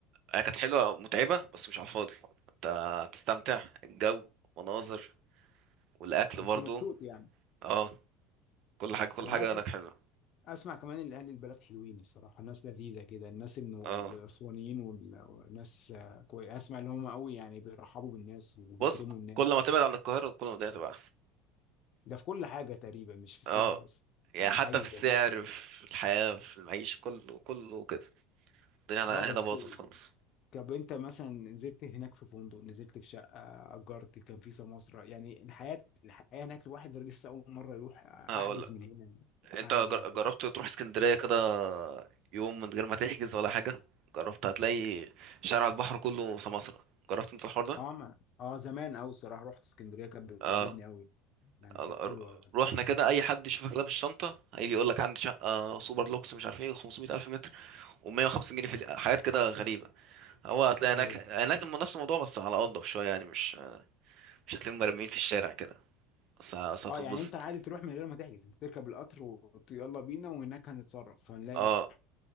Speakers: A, on the right; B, on the left.
A: هي كانت حلوه متعبه بس مش على الفاضي انت هتستمتع الجو مناظر والاكل
B: كنت
A: برضو
B: مبسوط يعني
A: اه كل حاجه كل
B: وانا
A: حاجه
B: اسمع
A: هناك حلوه
B: اسمع كمان ان اهل البلد حلوين الصراحه الناس لذيذه كده الناس انه
A: اه
B: الاسوانيين وال- والناس آه، كوي اسمع ان هم قوي يعني بيرحبوا بالناس وبيكرموا
A: بص
B: الناس
A: كل ما تبعد عن القاهره كل ما الدنيا تبقى احسن
B: ده في كل حاجة تقريبا مش في السياحة
A: اه
B: بس
A: يعني
B: ده
A: حتى
B: حقيقي
A: في السعر
B: الناس كده
A: في الحياة في المعيشة كله كله كده الدنيا هنا
B: اه بس
A: هنا باظت خالص
B: طب انت مثلا نزلت هناك في فندق نزلت في شقة أجرت كان في سماسرة يعني الحياة الحياة هناك الواحد لسه أول مرة يروح
A: هقول
B: أحجز
A: لك
B: من هنا
A: انت
B: أعمل
A: جر-
B: إيه بالظبط
A: جربت تروح اسكندرية كده يوم من غير ما تحجز ولا حاجة جربت هتلاقي شارع البحر كله سماسرة جربت انت الحوار ده
B: اه ما اه زمان أوي الصراحة رحت اسكندرية كانت بتعجبني
A: اه
B: أوي يعني
A: رو-
B: كانت حلوة
A: روحنا كده اي حد يشوفك لابس شنطة هيجي يقول لك عندي شقة سوبر لوكس مش عارف ايه 500 الف متر و150 جنيه في ال- حاجات كده غريبة هو هتلاقي هناك
B: ايوه
A: هناك الم- نفس الموضوع بس على انضف شوية يعني مش مش هتلاقيهم مرميين في الشارع كده بس بس هتتبسط
B: اه يعني انت عادي تروح من غير ما تحجز انت تركب القطر ويلا بينا وهناك هنتصرف هنلاقي
A: اه